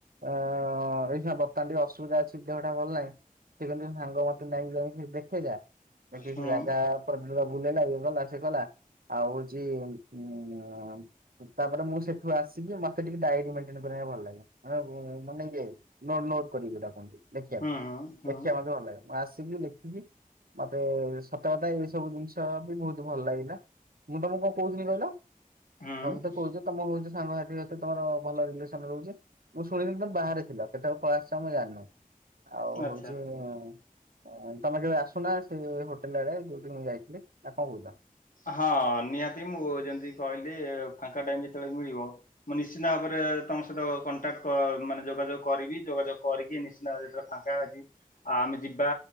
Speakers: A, on the right; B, on the left.
A: ଅ ଏଇ ବର୍ତମାନ ଟିକେ ଅସୁବିଧା ଅଛି ଦେହଟା ଭଲ ନାହିଁ। ସେନ୍ତୁ ସାଙ୍ଗ ମତେ ଯାଇକି ଯାଇ ଦେ ଦୋ ଦେଖ
B: ହୁଁ ହୁଁ
A: ସେ ଜାଗା ବୁଲେଇଲା ଏ ଗଲା ସେ କଲା ଆଉ ଯେ ଉଁ ତାପରେ ମୁଁ ସେଠୁ ଆସିକି ମତେ ଟିକେ ଡାଏରୀ ମେଣ୍ଟେନକୁ ଭଲ ଲାଗେ। ମାନେ ଇଏ ନୋଟ ନୋଟ କରିକି ଯଉଟା କୁହନ୍ତି ଲେଖିବାକୁ
B: ହୁଁ ହୁଁ
A: ଲେଖିବା ମତେ ଭଲ ଲାଗେ। ମୁଁ ଆସିକି ଲେଖିକି ମତେ ସତ କଥା ଏଇ ସବୁ ଜିନିଷ ବି ବହୁତ ଭଲ ଲାଗିଲା। ମୁଁ ତମକୁ କଣ କହୁଥିଲି କହିଲ
B: ହୁଁ
A: ତମତେ କହୁଛ ତମ ହଉଛି ସାଙ୍ଗ ସାଥି ସହିତ ତମ ଭଲ ରିଲେସନ ରହୁଛି। ମୁଁ ଶୁଣଦିନ ତ ବାହାରେ ଥିଲ କେତେବେଳ ପଳସ ମୁଁ ଜାଣିନି ଆଉ
B: ଆଚ୍ଛା
A: ହଉଛି ତମେ କେବେ ଆସୁନା ସେ ହୋଟେଲ ଆଡେ ଯୋଉଠି ମୁଁ ଯାଇଥିଲି ଆଉ କଣ କହୁଛ।
B: ହଁ ନିହାତି ମୁଁ ଯେମିତି କହିଲି ଫାଙ୍କା ଟାଇମ ଯେତେବେଳେ ମିଳିବ। ମୁଁ ନିଶ୍ଚିନ୍ତ ଭାବରେ ତମ ସହିତ କଣ୍ଟାକ୍ଟ କ ମାନେ ଯୋଗାଯୋଗ କରିବି ଯୋଗାଯୋଗ କରିକି ନି ଫାଙ୍କାଛି ଆ ଆମେ ଯିବା